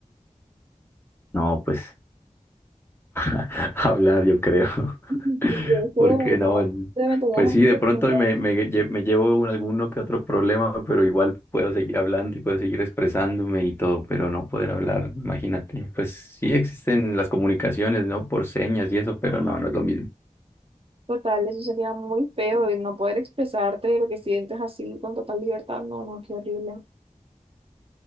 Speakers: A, on the left (about 15°); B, on the right (about 45°).
A: No, pues. <laughs> hablar, yo creo.
B: <laughs>
A: <laughs>
B: Sí, eso
A: Porque
B: de verdad.
A: no,
B: Obviamente no
A: pues
B: es
A: sí,
B: un
A: de pronto
B: problema.
A: me, me lle- me llevo un- alguno que otro problema, pero igual puedo seguir hablando y puedo seguir expresándome y todo, pero no poder hablar, imagínate. Pues sí existen las comunicaciones, ¿no? Por señas y eso, pero no, no es lo mismo.
B: Total, eso sería muy feo y no poder expresarte de lo que sientes así con total libertad. No, no, qué horrible.